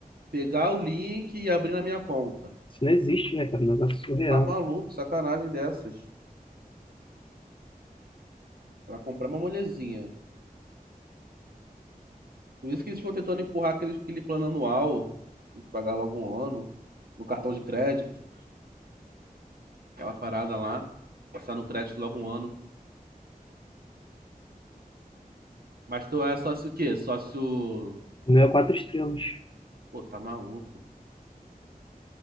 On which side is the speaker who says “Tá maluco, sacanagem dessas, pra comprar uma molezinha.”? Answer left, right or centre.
Right